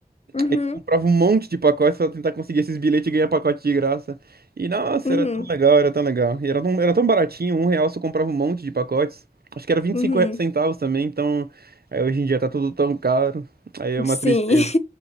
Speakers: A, on the left; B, on the right.
A: Uhum,
B: Aí eu comprava um monte de pacotes pra tentar conseguir esses bilhetes e ganhar pacote de graça. E nossa,
A: uhum,
B: era tão legal, era tão legal. E era tão, era tão baratinho, um real você comprava um monte de pacotes. Acho que era vinte
A: uhum.
B: e cinco centavos também, então aí hoje em dia tá tudo tão caro. Aí é uma
A: Sim.
B: tristeza.